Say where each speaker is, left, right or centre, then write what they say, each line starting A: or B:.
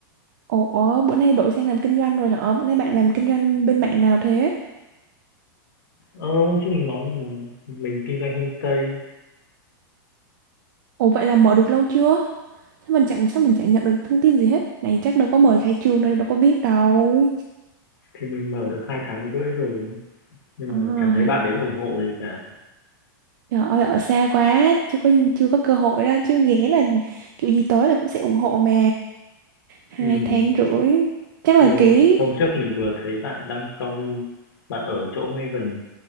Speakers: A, on the right; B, on the left.
A: Ủa, ủa, bữa nay đổi sang làm kinh doanh rồi hả? Bữa nay bạn làm kinh doanh bên mạng nào thế?
B: ơ hôm trước mình nói là mình kinh doanh homestay
A: Ủa vậy là mở được lâu chưa? Sao mình chẳng sao mình chẳng nhận được thông tin gì hết? Này chắc đâu có mời khai trương đâu, đâu có biết đâu.
B: thì mình mở được hai tháng rưỡi rồi nhưng
A: À,
B: mà chẳng thấy
A: hay-
B: bạn đến ủng hộ gì cả
A: trời ơi ở xa quá, chưa có chưa có cơ hội đâu chứ ghé là kiểu gì tới là cũng sẽ ủng hộ mà. Hai
B: ừ
A: tháng rưỡi chắc là
B: nhiều
A: ký,
B: hôm trước mình vừa thấy bạn đăng story bạn ở chỗ ngay gần